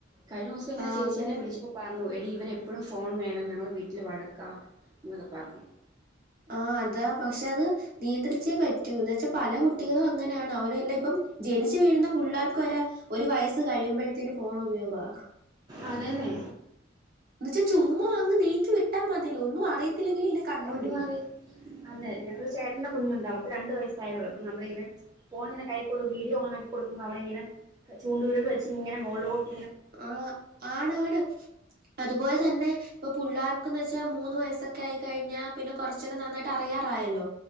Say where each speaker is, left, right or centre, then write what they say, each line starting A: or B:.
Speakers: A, on the right; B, on the right.
A: കഴിഞ്ഞ ദിവസം ഇങ്ങനെ
B: ആഹ്
A: ചേച്ചിെന്നെ
B: അങ്ങനെ
A: വിളിച്ചപ്പോ പറഞ്ഞു എടി ഇവന എപ്പോഴും ഫോൺ വേണം ഞങ്ങൾ വീട്ടിൽ വഴക്കാ എന്നൊക്കെ പറഞ്ഞു
B: ആ അതാ പക്ഷെ അത് നിയന്ത്രിച്ചേ പറ്റൂ എന്നന്ന് വെച്ചാ പല കുട്ടികളും അങ്ങനെയാണ് അവരെല്ലാം ഇപ്പം ജനിച്ചു വീഴുന്ന പിള്ളേർക്ക് വരെ ഒരു വയസ്സ് കഴിയുമ്പോഴത്തേന് ഫോൺ ഉപയോഗവാ
A: അതന്നെ
B: എന്നച്ചാ ചുമ്മാ അങ്ങ് നീക്കി വിട്ടാ മതിയല്ലോ ഒന്നും അറിയത്തില്ലെങ്കിലും ഇങ്ങനെ കണ്ടോണ്ടിരിക്കും
A: ഒന്നു മാറി അതെ ഞങ്ങള ചേട്ടന്റെ കുഞ്ഞുണ്ട് അവക്ക് രണ്ട് വയസായതെ ഒള്ളൂ അപ്പ നമ്മളിങ്ങനെ ഫോണിങ്ങെ കൈ വീഡിയോഓണാക്കി കൊടുക്കുമ്പോ അവളങ്ങനെ ചൂണ്ടൂരിൽ വെച്ച് ഇങ്ങന മോൾലോട്ട്
B: ആ ആണ ആാണ് അതുപോലെ തന്നെ ഇപ്പൊ പിള്ളേർക്ക്ന്ന് വെച്ചാൽ മൂന്ന് വയസ്സൊക്കെ ആയി കഴിഞ്ഞാൽ പിന്നെ കുറച്ചൊക്കെ നന്നായിട്ട് അറിയാറായല്ലോ